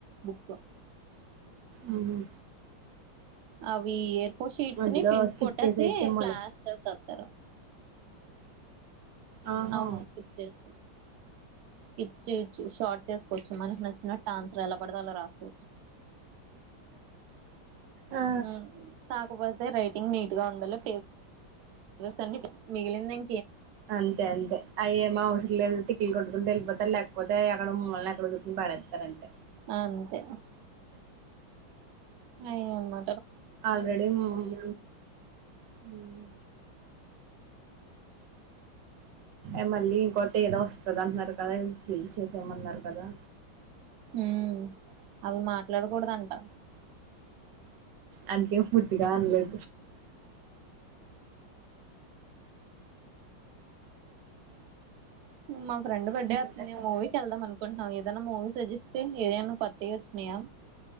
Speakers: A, on the right; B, on the right.
A: బుక్
B: మ్మ్
A: అవి ఫోర్ షీట్స్
B: మధ్యలో
A: ని పిన్స్
B: స్కిప్
A: కొట్టేసి
B: చేసేయచ్చేమోలే
A: ప్లాస్టర్స్ ఎత్తారు
B: ఆహా
A: అవును స్కిప్ చెయ్యొచ్చు స్కిప్ షార్ట్ చేసుకోవచ్చు మనకి నచ్చినట్టు ఆన్సర్ ఎలా పడదుో అలా రాసుకోవచ్చు
B: ఆ
A: మ్మ్ కాకపోతే రైటింగ్ నీట్ గా ఉండాలి ఇంగ్ <unintelligible> అన్ని మిగిలిందం
B: అంతే అంతే అయ్యేం అవుస్గిల్ లేదు తిక్కిల్ <unintelligible> <unintelligible> వెళ్ళితారు లేకపోతే అక్కడ మమ్మల్ని ఎక్కడ కూట్కుని పడతారంతే
A: అ అంతే అయ్యో మా
B: ఆల్రెడి మా మామ్ మ్మ్ ఏ మలి ఇంకో ఏదో వస్తది అంటున్నారు కదా ఇ ఫీల్ చేసామన్నారు కదా
A: ఉమ్, అవి మాట్లాడకూడదంట
B: అందుకే పూర్తిగా అన్లేదు
A: మాక్ ఫ్రెండ్ బర్డే
B: ఇంకేంటక్క
A: వతుంది మూవీకి వెళ్దాం అనుకుంటన్నా ఏదన్నా మూవీ సజెస్ట్ ఏదైనా కొత్తవి వచ్చినయా